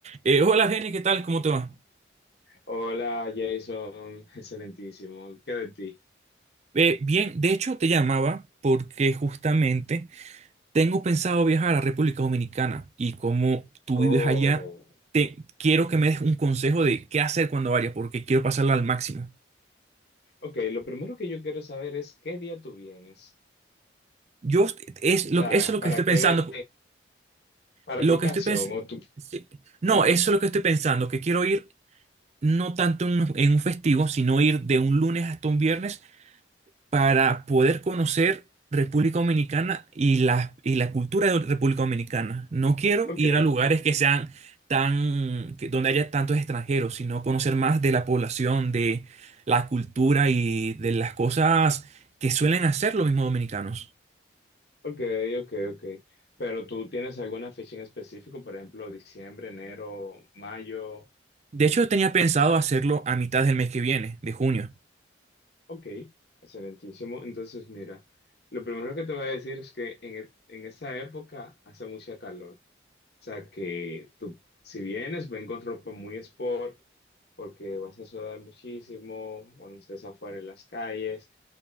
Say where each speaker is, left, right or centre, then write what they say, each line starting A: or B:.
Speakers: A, on the right; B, on the left.
A: Eh, hola Jenny, ¿qué tal? ¿Cómo te va?
B: Hola Jason, <laughs> excelentísimo. ¿Qué de ti?
A: Eh, bien, de hecho te llamaba porque justamente tengo pensado viajar a la República Dominicana y como tú vives
B: Oh,
A: allá, te quiero que me des un consejo de qué hacer cuando vaya porque quiero pasarla al máximo.
B: ok, lo primero que yo quiero saber es qué día tú vienes.
A: Yo es lo,
B: O sea,
A: eso es lo
B: ¿para
A: que estoy
B: qué,
A: pensando,
B: para
A: lo
B: qué ocasión?
A: que estoy pens-
B: O tú...
A: sí, no,
B: Ajá,
A: eso es lo que estoy pensando, que quiero ir no tanto en un, en un festivo, sino ir de un lunes hasta un viernes para poder conocer República Dominicana y la, y la cultura de República Dominicana. No quiero
B: ok,
A: ir a lugares que sean tan, que- donde haya tantos extranjeros, sino conocer más de la población, de la cultura y de las cosas que suelen hacer los mismos dominicanos.
B: ok, ok, ok. Pero tú tienes alguna fecha en específico, por ejemplo, diciembre, enero, mayo.
A: De hecho, tenía pensado hacerlo a mitad del mes que viene, de junio.
B: Ok, excelentísimo. Entonces, mira, lo primero que te voy a decir es que en, e- en esa época hace mucha calor. sea que tú, si vienes, ven con ropa muy sport, porque vas a sudar muchísimo cuando estés afuera en las calles